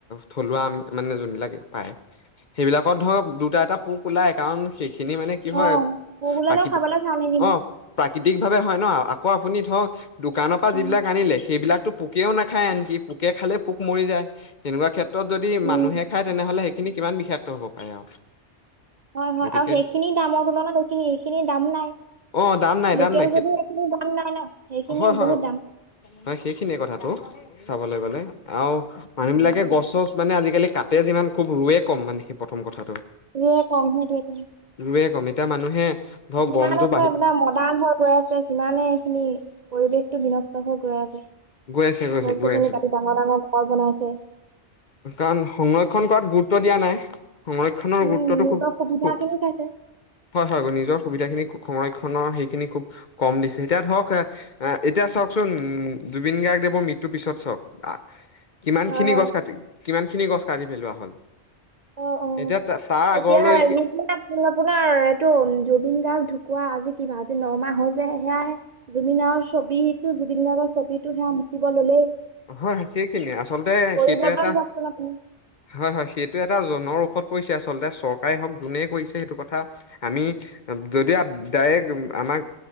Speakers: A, on the left; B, on the right.
A: থলুৱা আম মানে, যোনবিলাক পায় সেইবিলাকত ধৰক দুটা, এটা পোক ওলাই। কাৰণ? খিনি মানে কি হয়,
B: অ পোক ওলালেও
A: প্ৰাকৃতি
B: খাবলে ভাল সেইখিনি
A: অহ ', প্ৰাকৃতিক ভাৱে হয় ন। আপুনি ধৰওক। দোকানৰ পৰা
B: অ
A: যিবিলাক আনিলে সেইবিলাকো পোকেও নাখায়, আনকি পোকে খালেই পোক মৰি যায়, তেনেকুৱা ক্ষেত্ৰত যদি
B: উম
A: মানুহে খায়, তেনেহ'লে সেইখিনি কিমান বিশেষ। হ'ব পাৰে আৰু।
B: হয়- হয়
A: গতিকে
B: আৰু সেইখিনি দামৰ তুলত এইখিনি এইখিনি দাম নাই।
A: অ', দাম নাই
B: লোকেও
A: দাম নাই সেইটো
B: যদি সেইখিনি দাম
A: হয় - হয়
B: বহুত
A: -হয় সেইখিনিয়ে কথাটো চাবলৈাগ গলে আৰু। মানুহ
B: উম
A: বিলাকে গছ ছছ মানে আজি আজিকালি কাটতে যিমান খুব ৰোৱে কম মানে সেই প্ৰথম কথা।
B: দুয়া কম হে দুটো <unintelligible>
A: ৰুৱে কম এতিয়া মানুহে। ধৰক
B: সিমান
A: গৰমটো
B: আছে
A: বাঢ়ি
B: আৰ মডাৰ্ণ হৈ গৈ আছে সিমানেই। সখিনি পৰিৱেশটো বিনষ্ট হৈ গৈ আছে।
A: গৈ আছে গৈছে
B: গছ-
A: গৈ
B: গছনি
A: আছে
B: কাটি ডাঙৰ- ডাঙৰ ঘৰ বনাইছে।
A: কাৰণ সংৰক্ষণ কৰাত গুৰুত্ব দিয়া নাই। সংৰক্ষণৰ
B: উম
A: গুৰুত্বটো
B: নিজৰ
A: খুব-
B: সুবিধা
A: খুব
B: খিনি চাইছে
A: হয়- হয় নিজৰ সুবিধাখিনি সংৰক্ষণ নৰ সেইখিনি খুব কম দিছে। এতিয়া ধৰক এতিয়া চাওকচোন জুবিন গাৰ্গদেৱৰ মৃত্যুৰ পিছত চাওক। আহ', কিমান
B: হয়
A: খিনি
B: হয়
A: গছ কাটিল। কিমান খিনি গছ কাঢ়ি পেলোৱা হ'ল।
B: অহ ',- অহ',
A: এতিয়া তাৰ আগৰলৈ
B: এতিয়া যি আপোনাৰ? ত জুবিন গাৰ্গ ঢুকুৱা আজি কিবা আজি নমাহ হৈছে। সেয়াই জুবিন গাৰ্ৰ ছবিটো জুবিন গাৰ্গৰ ছবিটো সেয়া মুচিব ললেই।
A: হয় -হয় সেইখিনিয়ে আচলতে
B: পৰিৱৰ্তন
A: সেইটো এটা
B: চাওকচোন আপুনি
A: হয়- হয় সেইটো এটা। এটা জনৰ ঔষধ পৰিছে আচলতে চৰকাৰে হওক যোনেই কৰিছে সেইটো কথা আমি যদিও ডাইৰেক্ট আমাক